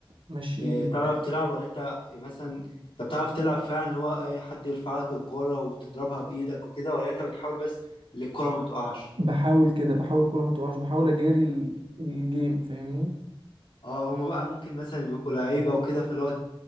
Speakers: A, on the right; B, on the left.
A: امشي
B: بتعرف
A: ايدي وبتاع
B: تلعب ولا انت مثلا انت بتعرف تلعب فعلا اللي هو ايه حد يرفع لك الكورة وتضربها بإيدك وكده ولا انت بتحاول بس اللي الكورة ما تقعش
A: بحاول كده بحاول الكوره ما تقعش بحاول اجاري ال- الجيم فاهمني
B: اه هما بقى ممكن مثلا بيبقوا لعيبة وكده فاللي هو